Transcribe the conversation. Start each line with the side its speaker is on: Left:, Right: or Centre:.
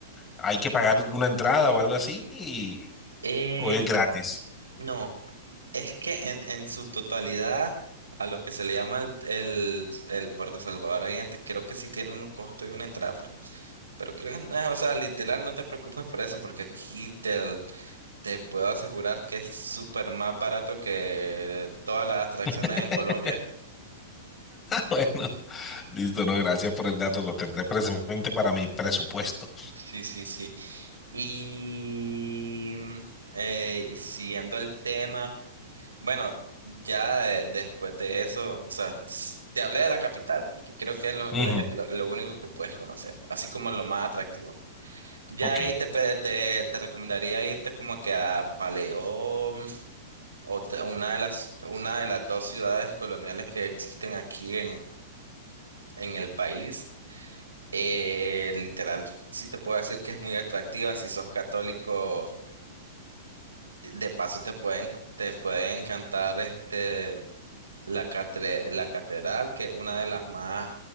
Left: hay que pagar alguna entrada o algo así, y-
Right: Eh,
Left: o es gratis.
Right: no. Es que en, en su totalidad, a lo que se le llama el, el, el Puerto Salvador ahí antes, creo que sí tiene un costo y una entrada, pero, pero creo que no es, o sea, literal, no te preocupes por eso, porque aquí te, te puedo asegurar que es súper más barato que todas las atracciones
Left: <laughs>
Right: en Colombia.
Left: Bueno, listo, no, gracias por el dato, lo tendré presente para mi presupuesto.
Right: Sí, sí, sí. Y mm, eh, siguiendo el tema. Bueno, ya eh, después de eso, o sea, s- te hablé de la capital, que creo que es lo,
Left: Ujú,
Right: le- es
Left: ujú,
Right: lo, lo único que puedes conocer, así como lo más atractivo. Ya
Left: ok.
Right: ahí te, pe- te, te recomendaría irte como que a Paleón o te- una de las, una de las dos ciudades coloniales que existen aquí en, en el país. Eh, literal, sí te puedo decir que es muy atractiva si sos católico. De paso te pueden, te puede encantar este. La catre- la catedral, que es una de las más,